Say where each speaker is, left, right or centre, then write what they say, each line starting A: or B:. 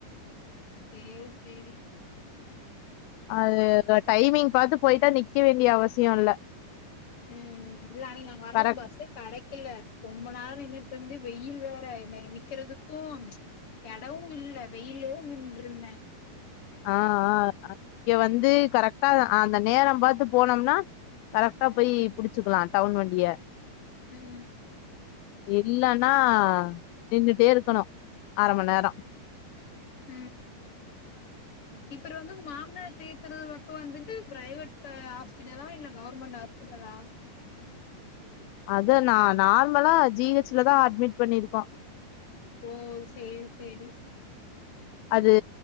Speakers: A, on the left; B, on the left.
A: செர் செரி
B: அது டைமிங் பாத்து போயிட்டா நிக்க வேண்டிய அவசியம் இல்ல
A: உம் இல்ல அன்னைக்கு நாங்க வரும்போது
B: கரெக்ட்
A: பஸ்ஸெ கெடைக்கல ரொம்ப நேரம் நின்னுட்டு இருந்து வெயில் வேற என் நிக்கிறதுக்கும் ம்ச் எடவும் இல்ல வெயிலெ நின்ருந்தேன்
B: ஆஹ்ஹ இங்க வந்து கரெக்ட்டா அந்த நேரம் பாத்து போனோம்னா கரெக்ட்டா போய் புடிச்சுக்கலாம் டவுன் வண்டிய
A: ம்
B: இல்லன்னா நின்னுட்டே இருக்கணும் அரமண் நேரம்
A: உம் இப்பரு வந்து மாமனார் சேத்துறது பக்கம் வந்துட்டு பிரைவேட் ஹாஸ்பிட்டலா இல்ல கவர்மெண்டட் ஹாஸ்பிட்டலா
B: அத நான் நார்மலா ஜி ஹச்ல தான் அட்மிட் பண்ணிருக்கோம்
A: ஓ செர் செரி
B: அது